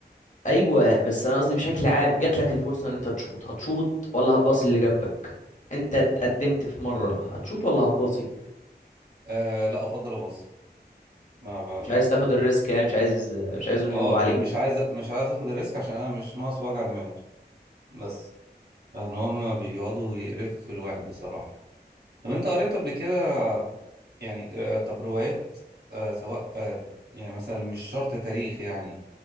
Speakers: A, on the left; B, on the right.
A: ايوه بس انا قصدي بشكل عام جات لك الفرصة ان انت تشوط هتشوط ولا هتباصي اللي جنبك انت اتقدمت في مرة هتشوط ولا هتباصي
B: أه لا افضل اباصي ما ب...
A: مش عايز تاخد الريسك يعني مش عايز مش عايزهم
B: اه
A: يجيبوا عليك
B: م- مش عايز مش عايز اخد الريسك عشان انا مش ناقص وجع دماغ بس لان هما بيقعدوا يقرفوا في الواحد بصراحة طب انت قريت قبل كده يعني آه، طب روايات آه، سواء آه، يعني مثلا مش شرط تاريخ يعني